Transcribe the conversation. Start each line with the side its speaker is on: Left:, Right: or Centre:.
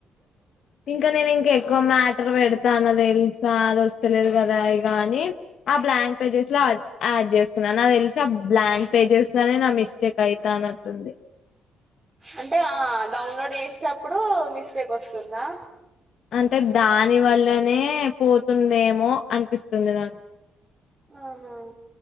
Left: ఇంకా నేను ఇంక ఎక్కువ మ్యాటర్ పెడతాను తెలుసా అద లేదు కదా ఇగా అని ఆ బ్లాంక్ పేజెస్ లో ఆడ్ చేస్తూ న్న తెలిసి ఆ బ్లాంక్ పేజెస్ లోనే నా మిస్టేక్ అయితే తానట్టుంది
Right: అంటే ఆ డౌన్లోడ్ వేసేటప్పుడు మిస్టేక్ వస్తుందా
Left: అంటే దాని వల్లనే పోతుందేమో అనిపిస్తుంది నాకు
Right: ఆహా